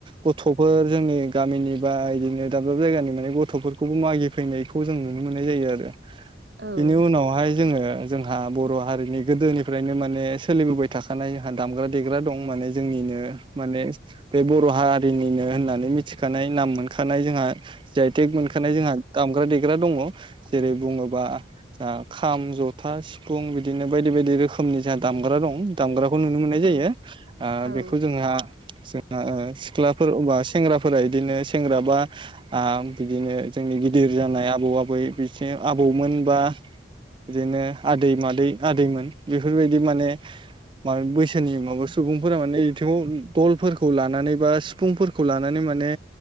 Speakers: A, on the right; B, on the right.
A: गथ'फोर जोंनि गामिनि बा इदिनो दाब-दाब जायगानि माने गथ'फोरखौबो मागिफै नायखौ जों नुनो मोननाय जायो आरो
B: औ
A: बेनि उनावहाय जोङो जोंहा बर' हारिनि गोदोनिफ्रायनो माने सोलिबोबाय थाखानाय दामग्रा देग्रा दं माने जोंनिनो माने बे बर' हारिनिनो होननानै मिथिखानाय नाम मोनखानाय जोंहा जि आय थेक मोनखानाय जोंहा दामग्रा देग्रा दङ' जेरै बुङोबा आ खाम जथा सिफुं बिदिनो बायदि-बायदि रोखोमनि जा दामग्रा दं दामग्रा खौ नुनो मोननाय
B: औ
A: जायो आ
B: औ
A: बेखौ जोंहा जोंहा ओ सिख्लाफोर बा सेंग्राफोरा बिदिनो सेंग्र बा आ बिदिनो जोंनि गिदिर जानाय आबौ आबै बिथिं आबौमोन बा बिदिनो आदै मादै आदैमोन बेफोरबायदि माने मा बैसोनि माबा सुबुंफोरा माने इथिङाव दलफोरखौ लानानै बा सिफुंफोरखौ लानानै माने